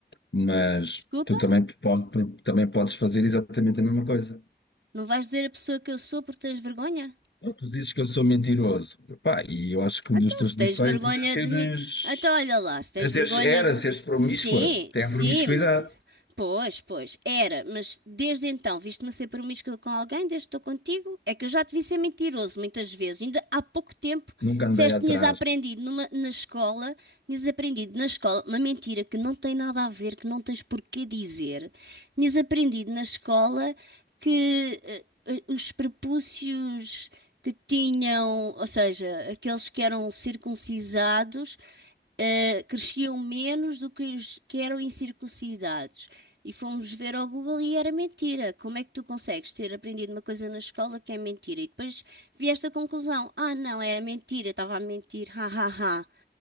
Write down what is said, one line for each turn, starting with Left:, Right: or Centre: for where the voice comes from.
Left: Mas
Right: Desculpa,
Left: tu também, pode, também podes fazer exatamente a mesma coisa.
Right: não vais dizer a pessoa que eu sou porque tens vergonha?
Left: Ou tu dizes que eu sou mentiroso. Pá, e eu acho que
Right: Então,
Left: um dos teus
Right: se tens
Left: defeitos
Right: vergonha
Left: é seres,
Right: de mim. Então, olha lá, se tens
Left: é seres,
Right: vergonha
Left: era
Right: de mim.
Left: seres promíscua.
Right: Sim,
Left: Tem
Right: sim,
Left: a promiscuidade.
Right: mas. Pois, pois, era, mas desde então, viste-me a ser promíscua com alguém, desde que estou contigo? É que eu já te vi ser mentiroso muitas vezes. Ainda há pouco tempo
Left: Nunca andei
Right: disseste
Left: atrás
Right: que tinhas aprendido numa- na escola, tinhas aprendido na escola uma mentira que não tem nada a ver, que não tens porquê dizer. Tinhas aprendido na escola que eh, eh, os prepúcios que tinham, ou seja, aqueles que eram circuncisados, eh, cresciam menos do que os que eram incircuncidados. E fomos ver ao Google e era mentira. Como é que tu consegues ter aprendido uma coisa na escola que é mentira? E depois vi esta conclusão: ah, não, era mentira, estava a mentir, ha, ha, ha.